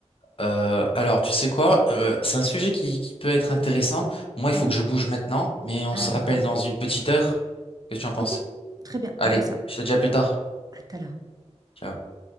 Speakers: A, on the left (about 50°); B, on the right (about 30°).
A: Euh, alors, tu sais quoi? Euh, c'est un sujet qui, qui peut être intéressant. Moi, il
B: Mhm.
A: faut que je bouge maintenant, mais on
B: Ah,
A: se rappelle
B: d'accord.
A: dans une petite heure. Qu'est-ce que tu en penses?
B: Ok, très bien,
A: Allez,
B: on fait ça.
A: je te dis à plus tard.
B: À tout à l'heure.
A: Ciao.